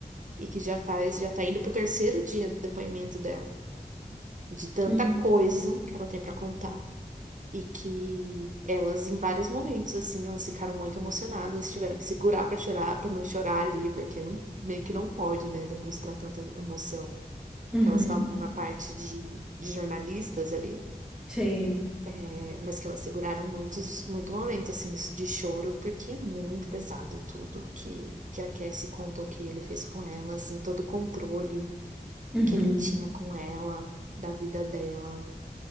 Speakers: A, on the right (about 55°); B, in the centre.
A: e que já faz, já tá indo pro terceiro dia do depoimento dela, de tanta
B: Uhum.
A: coisa que ela tem pra contar. E que elas, em vários momentos, assim, elas ficaram muito emocionadas, tiveram que segurar pra chorar, pra não chorar ali, porque não, meio que não pode, né, demonstrar tanta emoção.
B: Uhum.
A: porque elas estavam na parte de, de jornalistas ali,
B: Sei.
A: é, mas que elas seguraram muitos, muito momento, assim, de choro, porque é muito pesado tudo que, que a Cassie contou que ele fez com ela, assim, todo o controle
B: Uhum.
A: que ele tinha com ela, da vida dela.